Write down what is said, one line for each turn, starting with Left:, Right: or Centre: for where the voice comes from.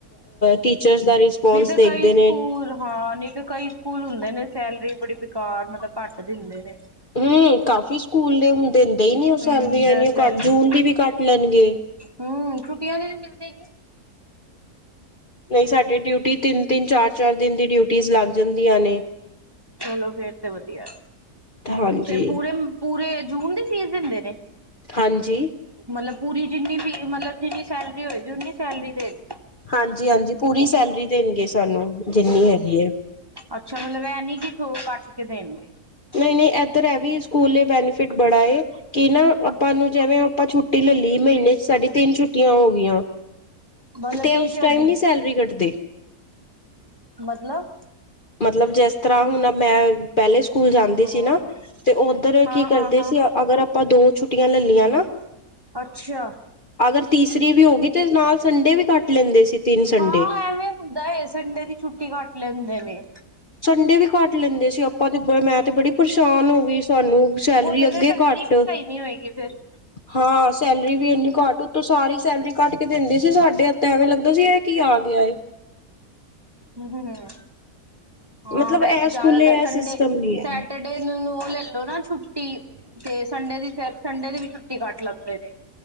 Left: ਟੀਚਰਸ ਦਾ ਰਿਸਪੋਂਸ
Right: ਨਈ ਤਾਂ
Left: ਦੇਖਦੇ
Right: ਕਈ ਸਕੂਲ
Left: ਨੇ
Right: ਹਾਂ ਨਈ ਤਾਂ ਕਈ ਸਕੂਲ ਹੁੰਦੇ ਨੇ, ਸੈਲਰੀ ਬੜੀ ਬੇਕਾਰ, ਮਤਲਬ ਘੱਟ ਦਿੰਦੇ ਨੇ।
Left: ਹਮ, ਕਾਫੀ ਸਕੂਲ ਨੇ ਹੁਣ ਦਿੰਦੇ ਹੀ ਨੀ ਉਹ
Right: ਹੂੰ
Left: ਸੈਲਰੀਆਂ, ਇਨੀਆਂ
Right: ਸੈਲਰੀ
Left: ਕੱਟ ਜੂਨ ਦੀ ਵੀ ਕੱਟ ਲੈਣਗੇ।
Right: ਹੂੰ ਛੁੱਟੀਆਂ ਦੇ ਵੀ ਮਿਲਦੇ ਨੀ
Left: ਨਹੀਂ, ਸਾਡੇ ਡਿਊਟੀ ਤਿੰਨ-ਤਿੰਨ, ਚਾਰ-ਚਾਰ ਦਿਨ ਦੀ ਡਿਊਟੀਆਂ ਲੱਗ ਜਾਂਦੀਆਂ ਨੇ।
Right: ਚਲੋ ਫੇਰ ਤੇ ਵਧੀਆ।
Left: ਹਾਂਜੀ,
Right: ਫੇਰ ਪੂਰੇ-ਪੂਰੇ ਜੂਨ ਦੀ ਫੀਸ ਦਿੰਦੇ ਨੇ।
Left: ਹਾਂਜੀ।
Right: ਮਤਲਬ, ਪੂਰੀ ਜਿੰਨੀ ਫੀ ਮਤਲਬ ਜਿੰਨੀ ਸੈਲਰੀ ਹੋਏਗੀ ਓਨੀ ਸੈਲਰੀ ਦੇਣ
Left: ਹਾਂਜੀ-ਹਾਂਜੀ, ਪੂਰੀ ਸੈਲਰੀ ਦੇਣਗੇ ਸਾਨੂੰ ਜਿੰਨੀ ਹੈਗੀ ਐ।
Right: ਅੱਛਾ, ਮਤਲਬ ਇਹ ਨੀ <unintelligible> ਕੱਟ ਕੇ ਦੇਣਗੇ।
Left: ਨਹੀਂ-ਨਹੀਂ ਏਧਰ ਹੈ ਵੀ ਸਕੂਲ ਲਈ ਬੈਨੀਫਿਟ ਬੜਾ ਏ। ਕਿ ਨਾ, ਆਪਾਂ ਨੂੰ ਜਿਵੇਂ ਆਪਾਂ ਛੁੱਟੀ ਲੈ ਲਈ ਮਹੀਨੇ'ਚ ਸਾਡੀ ਤਿੰਨ ਛੁੱਟੀਆਂ ਹੋ ਗਈਆਂ।
Right: ਮਤਲਬ
Left: ਤੇ
Right: ਟੀਚਰ
Left: ਉਸ ਟਾਈਮ
Right: ਦੀ
Left: ਨਹੀਂ ਸੈਲਰੀ ਕਟਦੇ
Right: ਮਤਲਬ
Left: ਮਤਲਬ ਜਿਸ ਤਰ੍ਹਾਂ ਹੁਣ ਮੈਂ ਪਹਿਲੇ ਸਕੂਲ ਜਾਂਦੇ
Right: ਹਾਂ
Left: ਸੀ ਨਾ ਤੇ ਉਧਰ
Right: ਹਾਂ
Left: ਕੀ ਕਰਦੇ
Right: ਹਾਂ ਹਾਂ
Left: ਸੀ ਅਗਰ ਆਪਾਂ ਦੋ ਛੁੱਟੀਆਂ ਲੈ ਲਈਆਂ ਨਾ
Right: ਅੱਛਾ
Left: ਅਗਰ ਤੀਸਰੀ ਵੀ ਹੋ ਗਈ ਤੇ ਨਾਲ ਸੰਡੇ ਵੀ ਕੱਟ ਲੈਂਦੇ ਸੀ ਤਿੰਨ ਸੰਡੇ
Right: ਹਾਂ ਐਵੇਂ ਹੁੰਦਾ ਹੈ ਸੰਡੇ ਦੀ ਛੁੱਟੀ ਕੱਟ ਲੈਂਦੇ ਨੇ
Left: ਸੰਡੇ ਵੀ ਕੱਟ ਲੈਂਦੇ ਸੀ ਆਪਾਂ ਤੇ ਬ ਮੈਂ ਤੇ ਬੜੀ ਪਰੇਸ਼ਾਨ ਹੋ ਗਈ ਸਾਨੂੰ ਸੈਲਰੀ
Right: ਉੱਥੇ
Left: ਅੱਗੇ
Right: ਤੇ ਸੈਲਰੀ
Left: ਘੱਟ
Right: ਵੀ ਸਹੀ ਨੀ ਹੋਏਗੀ ਫੇਰ
Left: ਹਾਂ, ਸੈਲਰੀ ਵੀ ਇੰਨੀ ਘੱਟ ਉਤੋਂ ਸਾਰੀ ਸੈਲਰੀ ਕਟ ਕੇ ਦਿੰਦੀ ਸੀ ਸਾਡੇ ਐਵੇਂ ਲੱਗਦਾ ਸੀ, ਇਹ ਕੀ ਆ ਗਿਆ ਏ।
Right: ਹੂੰ ਹੂੰ ਹੂੰ ਹਾਂ
Left: ਮਤਲਬ
Right: ਵੈਸੇ
Left: ਇਹ
Right: ਜ਼ਿਆਦਾਤਰ
Left: ਸਕੂਲੇ
Right: ਸੰਡੇ-ਸੈਟਰਡੇ
Left: ਇਹ ਸਿਸਟਮ ਨੀ ਹੈ
Right: ਸੰਡੇ ਨੂੰ ਨੂੰ ਉਹ ਲੈ ਲੋ ਨਾ ਛੁੱਟੀ, ਤੇ ਸੰਡੇ ਦੀ ਫਿਰ ਸੰਡੇ ਦੀ ਵੀ ਛੁੱਟੀ ਕੱਟ ਲੈਂਦੇ ਨੇ।